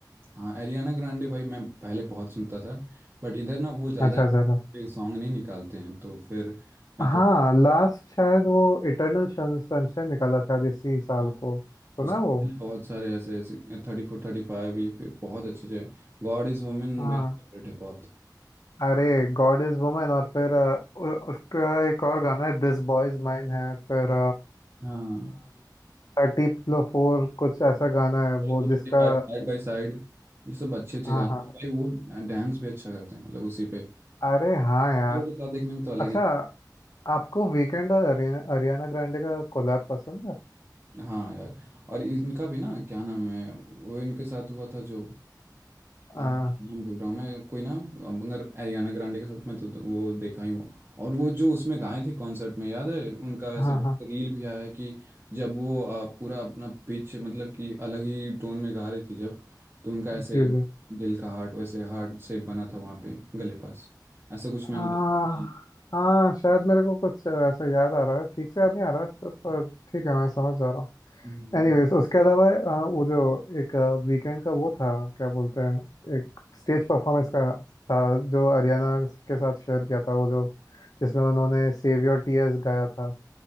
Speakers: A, on the right; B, on the left.
A: हाँ एरियाना ग्रांडे भाई मैं पहले बहुत सुनता था बट इधर ना वो ज़्यादा
B: अच्छा अच्छा अच्छा
A: सॉन्ग नहीं निकालते हैं तो फिर मैं
B: हाँ
A: थोड़ा
B: लास्ट शायद वो इटर्नल सनशाइन निकाला शायद इसी साल
A: हाँ,
B: को सुना
A: उसके पहले
B: वो
A: बहुत सारे ऐसे ऐसे थर्टी फोर थर्टी फाइव ये फिर बहुत अच्छे अच्छे गॉड इज़ वुमेन मेरा
B: हाँ
A: फेवरेट है बहुत
B: अरे गॉड इज वुमन और फिर अ, उ, उसका एक और गाना है दिस बॉय इज माइन है फिर
A: हाँ
B: थर्टी फोर कुछ ऐसा गाना है
A: thirty
B: वो जिसका
A: four thirty five side by side ये सब अच्छे अच्छे
B: हाँ
A: गाने
B: हाँ
A: हैं। भाई वो डांस भी अच्छा करते हैं मतलब उसी पे
B: अरे हाँ यार
A: दूसरों के साथ देखने में तो अलग
B: अच्छा
A: ही
B: आपको वीकेंड और हरियाणा हरियाणा ग्रांडे का कोलैब पसंद है
A: हाँ यार और इनका भी ना क्या नाम है वो इनके साथ हुआ था जो आ,
B: आ,
A: नाम भूल रहा हूँ मैं कोई ना मगर एरियाना ग्रांडे के साथ मैं तो तो वो देखा ही हुआ और वो जो उसमें गाए थे कॉन्सर्ट में याद है उनका ऐसे
B: हाँ
A: रील
B: हाँ
A: भी आया है कि जब वो आ, पूरा अपना पिच मतलब कि अलग ही टोन में गा रही थी जब तो उनका
B: जी
A: ऐसे
B: जी
A: दिल का हार्ट वैसे हार्ट शेप बना था वहाँ पे गले पास ऐसा कुछ मैंने
B: आ,
A: देखा है।
B: हाँ शायद मेरे को कुछ ऐसा याद आ रहा है ठीक से याद नहीं आ रहा है, तो पर ठीक है मैं समझ जा रहा हूँ
A: हम्म,
B: एनीवेज उसके अलावा आ, वो जो एक वीकेंड का वो था क्या बोलते हैं एक स्टेज परफॉर्मेंस का था जो हरियाणा के साथ शेयर किया था वो जो जिसमें उन्होंने सेव योर टीयर्स गाया था